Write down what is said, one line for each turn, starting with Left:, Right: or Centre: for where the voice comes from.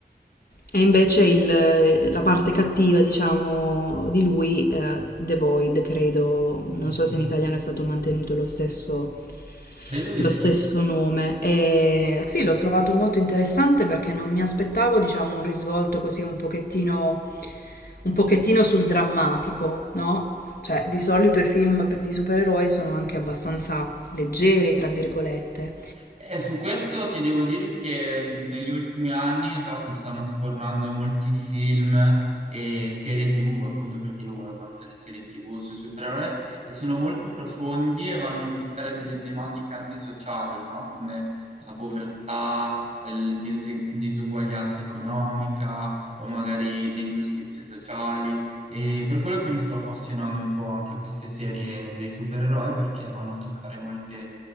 Left: E, invece il- la parte cattiva, diciamo, di lui, eh, The Void, credo, non
Right: Mhm.
Left: so se in italiano è stato mantenuto lo stesso,
Right: Credo di
Left: lo
Right: sì.
Left: stesso nome. E sì, l'ho trovato molto interessante perché non mi aspettavo, diciamo, un risvolto così un pochettino, un pochettino sul drammatico, no? Cioè, di solito i film pe- di supereroi sono anche abbastanza leggeri, tra virgolette.
Right: Eh, su questo ti devo dire che negli ultimi anni, esatto, stanno sfornando molti film e serie TV, ma appunto perché io guardo anche le serie TV sui supereroi, che sono molto profondi e vanno a toccare delle tematiche anche sociali, no? Come la povertà, la disuguaglianza economica o magari le ingiustizie sociali. E per quello che mi sto appassionando un po' anche a queste serie dei supereroi, perché vanno a toccare molte